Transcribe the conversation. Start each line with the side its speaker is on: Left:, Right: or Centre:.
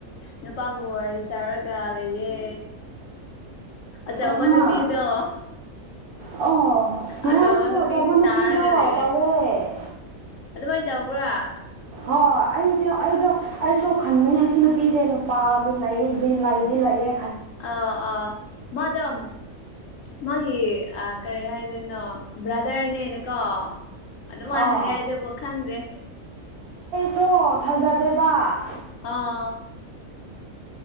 Left: ꯅꯨꯄꯥꯕꯨ ꯋꯥꯔꯤ ꯆꯥꯔꯒ ꯂꯩꯌꯦ ꯑꯆꯥ
Right: ꯑꯥ
Left: ꯍꯕ ꯅꯄꯤꯤꯗꯣ
Right: ꯑꯣ ꯉꯔꯥꯡꯁꯨ
Left: ꯑꯆꯥꯧꯕ ꯅꯨꯄꯤꯗꯤ
Right: ꯑꯆꯧꯕ ꯅꯨꯄꯤꯗꯣ
Left: ꯇꯥꯔꯒ ꯂꯩꯒꯦ
Right: ꯇꯧꯋꯦ
Left: ꯑꯗꯨꯃꯥꯏꯅ ꯗꯕꯥ
Right: ꯍꯣꯏ ꯑꯩꯗꯤ ꯑꯩꯗꯣ ꯑꯩꯁꯨ ꯈꯟꯕꯅꯦ ꯁꯤ ꯅꯨꯄꯤꯁꯦ ꯅꯨꯄꯥꯒꯤ ꯂꯩ ꯑꯩ ꯂꯥꯏꯗꯤ ꯂꯥꯏꯌꯦ
Left: ꯑꯥ ꯑꯥ ꯃꯗꯝ ꯃꯥꯒꯤ ꯀꯔꯤ ꯍꯥꯏꯗꯣꯏꯅꯣ ꯕ꯭ꯔꯥꯗꯔꯅꯦꯅꯦꯀꯣ ꯑꯗꯨꯃꯥꯏꯅ
Right: ꯑꯥ
Left: ꯍꯥꯏ ꯍꯥꯏꯗꯕ ꯈꯪꯗꯦ
Right: ꯁꯣ ꯊꯥꯖꯗꯦꯕ
Left: ꯑꯥ